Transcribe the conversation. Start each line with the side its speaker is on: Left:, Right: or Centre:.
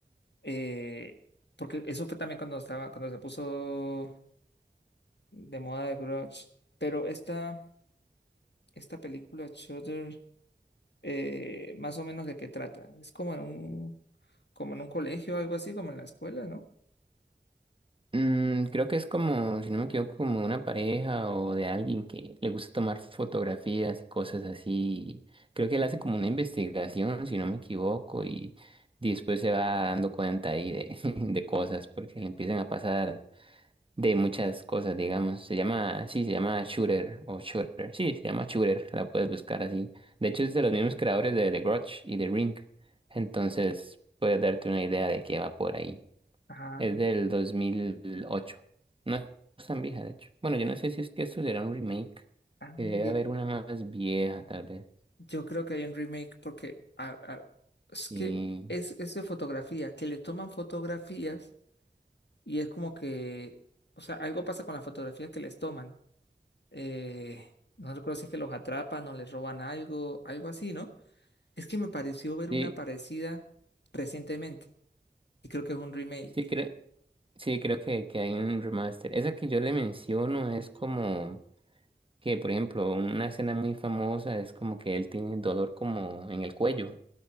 Left: eh, porque eso fue también cuando estaba, cuando se puso de moda de Grudge. Pero esta, esta película, Shudder, eh, más o menos de qué trata. Es como en un, como en un colegio algo así, como en la escuela, ¿no?
Right: Mm, creo que es como, si no me equivoco, como una pareja o de alguien que le gusta tomar fotografías y cosas así. Creo que él hace como una investigación, si no me equivoco, y después se va dando cuenta ahí de, <laughs> de cosas, porque le empiezan a pasar de muchas cosas, digamos. Se llama, sí, se llama Shooter o Shooter. Sí, se llama Shooter, la puedes buscar así. De hecho, es de los mismos creadores de The Grudge y The Ring. Entonces, puedes darte una idea de qué va por ahí.
Left: Ah,
Right: Es del dos mil ocho No es tan vieja, de hecho. Bueno, yo no sé si es que esto será un remake.
Left: ah,
Right: que Debe
Left: y
Right: haber una más vieja, tal vez.
Left: yo creo que hay un remake porque ah, ah, es que
Right: Sí,
Left: es, es de fotografía, que le toman fotografías y es como que, o sea, algo pasa con las fotografías que les toman. Eh, no recuerdo si es que los atrapan o les roban algo, algo así, ¿no? Es que me pareció ver
Right: sí,
Left: una parecida recientemente y creo que es un remake.
Right: sí, creo, sí, creo que, que hay un remaster. Esa que yo le menciono es como que, por ejemplo, una escena muy famosa es como que él tiene dolor como en el cuello.